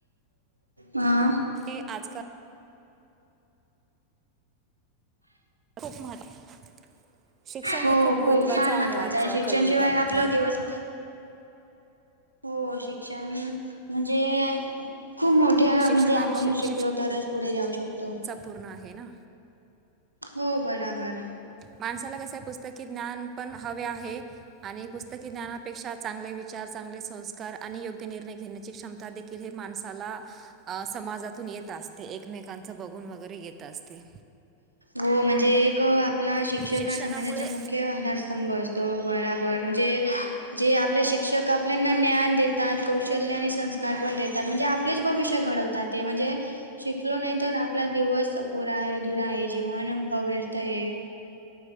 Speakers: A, on the right; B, on the right.
A: हा.
B: हे आजकाल खूप महत्व शिक्षण
A: हो
B: हे महत्त्वाचं
A: खूप फार महत्वाचं
B: आजच्या
A: आहे शिक्षणशिवाय
B: कलियुगामध्ये
A: आपला दिवस हो शिक्षण म्हणजे खूप मोठ ठ्या
B: शिक्षणाविषयी
A: म्हणजे आपण शिकलो तरच पुढे जाऊ शकतो.
B: पूर्ण आहे ना.
A: हो बराबर.
B: माणसाला कसं पुस्तकी ज्ञान पण हवे आहे आणि पुस्तकी ज्ञानापेक्षा चांगले विचार, चांगले संस्कार आणि योग्य निर्णय घेण्याची क्षमता देखील हे माणसाला अह समाजातून येत असते एकमेकांच बघून वगैरे येत असते.
A: हो म्हणजे एक आपला शिक्षक
B: शिक्षणामुळे
A: हा समाजाचा मुख्य आधार स्तंभ असतो, बराबर म्हणजे जे आपले शिक्षक आपल्याना ज्ञान देतात, कौशल्य आणि संस्कार पण देतात म्हणजे आपलेच भविष्य घडवतात ते म्हणजे शिकलो नाही तर आपला दिवस अपुरा आहे. अधुरा आहे, जीवन अह व्यर्थ आहे.